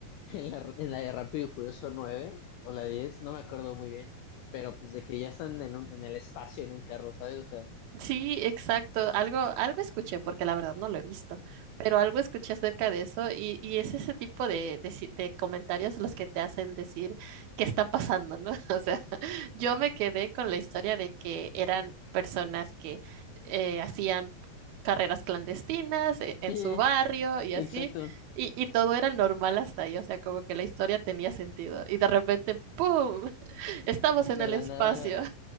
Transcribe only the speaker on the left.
en la, en la de Rápido y Furioso 9 o la diez no me acuerdo muy bien, pero pues de que ya están en, un- en el espacio en un carro, ¿sabes? O sea,
<laughs>
exacto,
de
la
nada,